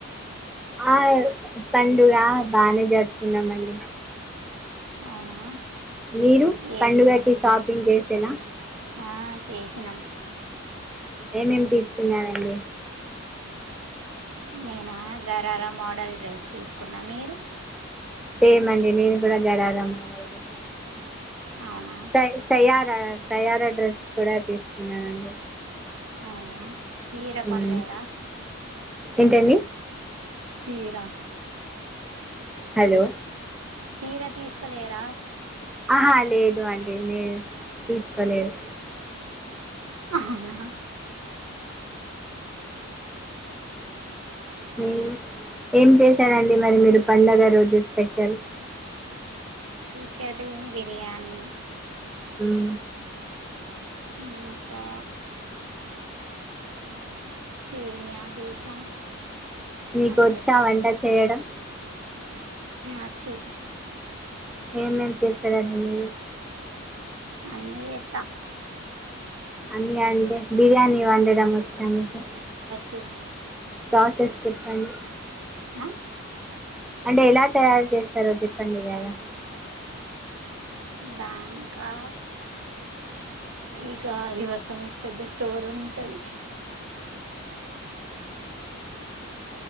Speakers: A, in the centre; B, on the right.
A: ఆ పండుగ బానే జరుపుకున్నామండి
B: అవునా
A: మీరు
B: ఏడ్
A: పండుగకి షాపింగ్ చేసేనా
B: ఆ చేసినాం
A: ఏమేమి తీసుకున్నారండి
B: నేను గరారా మోడల్ డ్రెస్ తీసుకున్నా మీరు
A: సేమ్ అండి నేను కూడా గరారా మోడల్ డ్రెస్
B: అవునా
A: స సయారా సయారా డ్రెస్ కూడా తీసుకున్నానండి
B: అవునా చీర కొనలేద?
A: మ్మ్. ఏంటండి
B: చీరా
A: హలో
B: చీర తీసుకోలేరా
A: ఆహా లేదు అండి లేదు తీసుకోలేదు
B: అవునా
A: మీరు ఏం చేశారండి మరి మీరు పండగ రోజు స్పెషల్
B: చికెన్ బిర్యానీ
A: మ్మ్
B: ఇంకా సేమ్యా చేసాం
A: మీకు
B: అంతే
A: వచ్చా వంట చేయడం
B: అచ్చు
A: ఏమేం ఏం చేస్తారండి మీరు
B: అన్నీ చేత్త
A: అన్నీ అంటే బిర్యానీ వండడం వచ్చా మీకు
B: చెప్
A: ప్రాసెస్ చెప్పండి
B: అ
A: అంటే ఎలా తయారు చేస్తారో చెప్పండి గదా
B: బ్యాంకా ఇక అది మొత్తం పెద్ద స్టోర్ ఉంటుంది